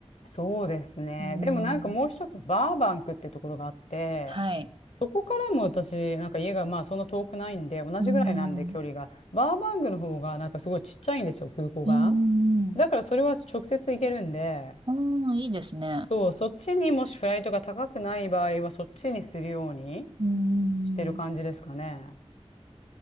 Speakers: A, on the left; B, on the right.
A: そうですね。
B: うん、
A: でもなんかもう一つ、バーバンクってところがあって、
B: はい。
A: そこからも私、なんか家がまあそんな遠くないんで、同じぐらいなんで距離が、
B: うん、
A: バーバンクの方がなんかすごいちっちゃいんですよ、空港が。
B: うん、うん。
A: だからそれは直接行けるんで、
B: うん、いいですね。
A: そう、そっちにもしフライトが高くない場合は、そっちにするように
B: うん。
A: してる感じですかね。